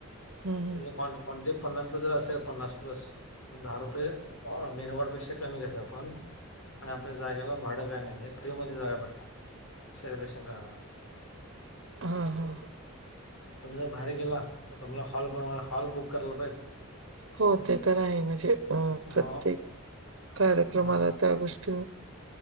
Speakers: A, on the right; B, on the left.
A: हं, हं.
B: त्या कन क्वांटिटी पन्नास प्लस जर असेल पन्नास प्लस, तर दहा रुपये मेनू कार्ड पेक्षा कमी घेतोय आपण, आणि आपल्या जागेला भाडं काय नाही. फ्रीमध्ये जागा भेटता, सेलिब्रेशन करायला.
A: हा हा
B: तुम्ही जर बाहेर गेला, तर तुम्हाला हॉल बनवा हॉल बुक करायला पाहिजे.
A: हो ते तर आहे म्हणजे, अ
B: मग
A: प्रत्येक कार्यक्रमाला
B: हा
A: त्या गोष्टी